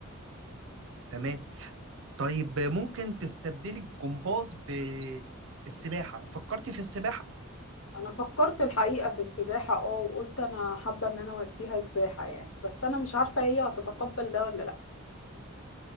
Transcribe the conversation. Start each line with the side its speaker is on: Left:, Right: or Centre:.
Right: تمام طيب ممكن تستبدلي الجمباز بالسباحة فكرتي في السباحة
Left: انا فكرت الحقيقه في السباحه اه وقلت انا حابه ان انا اوديها سباحه يعني بس انا مش عارفه هي هتتقبل ده ولا لا